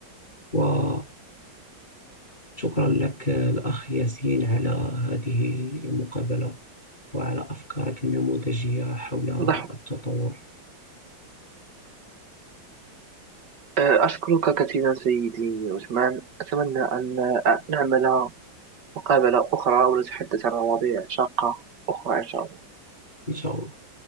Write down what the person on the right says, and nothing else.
لاحظ-
آه، أشكرك كثيرا سيدي عثمان أتمنى أن آه، نعمل مقابلة أخرى ونتحدث عن مواضيع شاقة أخرى إن شاء الله